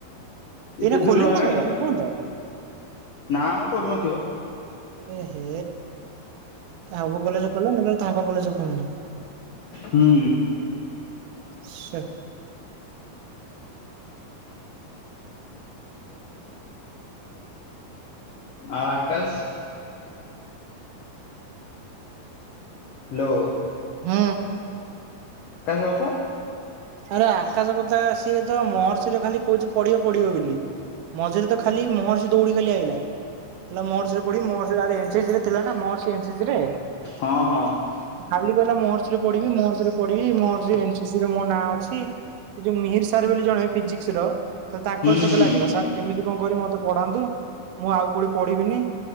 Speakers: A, on the left (about 80°); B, on the right (about 80°).
A: ଏତେ
B: ଏଇନା
A: ଦୂର
B: ଖୋଲିନି
A: ହେଲାଣି
B: ତାଙ୍କର ଏପର୍ଯ୍ୟନ୍ତ?
A: ନା ଆମ ଖୋଲୁନ୍ନଥିବ।
B: ଏ ହେ ତା ହବୁ କଲେଜ ଖୋଲ ନ ତାଙ୍କ କଲେଜ ଖୋଲିନି।
A: ହୁଁ।
B: ସେ
A: ଆଉ ବାକାସ ନଅ
B: ହୁଁ।
A: କଥା
B: ଆରେ ଆକାଶ କଥା ଆ ସ ତ ମହର୍ଷିରେ ଖାଲି କହୁଛି ପଡିବ ପଡିବ ବୋଲି। ମଝିରେ ତ ଖାଲି ମହରଷି ଦୌଡ଼ି ଖାଲି ଆଇିଲା। ହେ ମୋରେ ପଡି ମୋ ଏ ରେ ଥିଲା ନା <unintelligible> ରେ।
A: ହଁ ହଁ।
B: ଖାଲି କହିଲା ମହର୍ଷ ରେ ପଢିବି ମହର୍ଷ ରେ ପଢିବି ମର୍ ଏସିରେ ମୋ ନାଁ ଅଛି। ସେ ଯୋଉ ମିହିର ସାର୍ ବୋଲି ଜଣେ ଫିଜିକ୍ସ ର ଖ ତାଙ୍କର
A: ହୁଁ
B: ସହିତ
A: ହୁଁ
B: ଲାଗିଲା ସାର୍। କେମିତି କଣ କରିବି ମତେ ପଢାନ୍ତୁ ମୁଁ ଆଉ କୋଉଠି ପଢିବିନି।